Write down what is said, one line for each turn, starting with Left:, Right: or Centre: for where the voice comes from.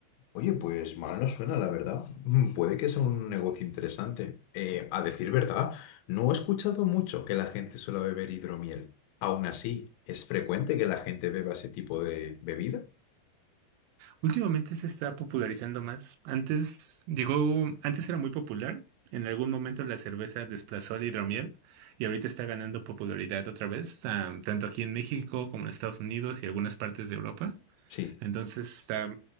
Left: Oye, pues mal no suena, la verdad. Mm, Puede que sea un negocio interesante. Eh, a decir verdad, no he escuchado mucho que la gente suele beber hidromiel. Aún así, ¿es frecuente que la gente beba ese tipo de bebida?
Right: Últimamente se está popularizando más. Antes llegó, antes era muy popular. En algún momento la cerveza desplazó al hidromiel y ahorita está ganando popularidad otra vez, ah, tanto aquí en México como en Estados Unidos y algunas partes de Europa.
Left: Sí.
Right: Entonces está,